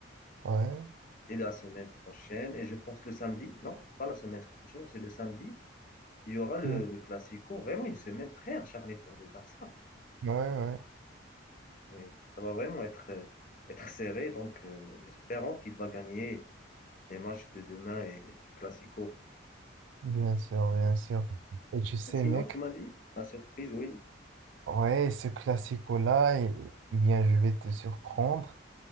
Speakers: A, on the right (about 75°); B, on the left (about 45°).
A: Ouais,
B: Et la semaine prochaine, et je pense le samedi, non, c'est pas la semaine prochaine, c'est le samedi, il y aura le,
A: Mm.
B: le Classico. Vraiment une semaine très acharnée pour le Barça.
A: ouais, ouais.
B: Mais ça va vraiment être, euh, être serré, donc euh, espérons qu'il va gagner les matchs de demain et le Classico.
A: Bien sûr, bien sûr. Et tu sais,
B: Sinon,
A: mec,
B: tu m'as dit la surprise, oui.
A: ouais, ce classico-là, eh eh bien, je vais te surprendre.